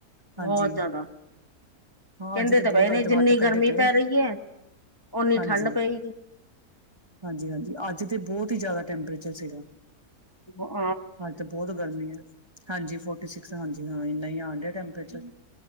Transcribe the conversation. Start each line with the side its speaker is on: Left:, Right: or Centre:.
Left: ਬਹੁਤ
Right: ਹਾਂਜੀ
Left: ਜ਼ਿਆਦਾ।
Right: ਹਾਂ
Left: ਕਹਿੰਦੇ
Right: ਅੱਜ ਤੇ ਬਹੁਤ
Left: ਪਏ ਨੇ
Right: ਅੱਜ
Left: ਜਿੰਨੀ
Right: ਵੱਟ ਕੱਢੇ
Left: ਗਰਮੀ
Right: ਪਏ
Left: ਪੈ ਰਹੀ ਹੈ ਓਨੀ
Right: ਹਾਂਜੀ
Left: ਠੰਢ ਪਏਗੀ
Right: ਹਾਂਜੀ -ਹਾਂਜੀ ਅੱਜ ਤੇ ਬਹੁਤ ਹੀ ਜ਼ਿਆਦਾ ਟੈਂਪਰੇਚਰ ਸੀਗਾ।
Left: ਹ
Right: ਹਾਂ ਤੇ ਬਹੁਤ ਗਰਮੀ ਹੈ, ਹਾਂਜੀ ਫੋਰਟੀ ਸਿਕਸ ਹਾਂਜੀ ਹਾਂ ਇਨਾ ਹੀ ਆਉਣ ਦਿਆ ਟੈਂਪਰੇਚਰ।